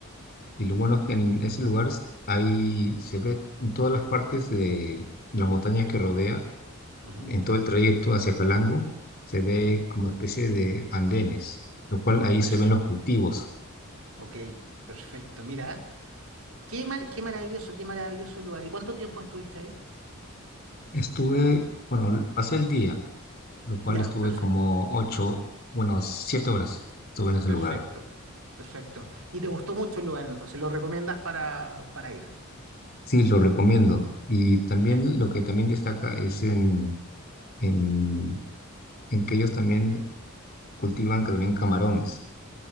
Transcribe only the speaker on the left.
y lo bueno es que en ese lugar s- ahí se ve en todas las partes de la montaña que rodea,
en todo el trayecto hacia Calango, se ve
como especie de andenes, lo cual ahí
se ven los cultivos.
Estuve, bueno, pasé el día, lo cual
estuve
como ocho, bueno, siete horas estuve en ese
lugar.
Sí, lo recomiendo. Y también
lo que también destaca es en, en en que ellos también Cultivan que también camarones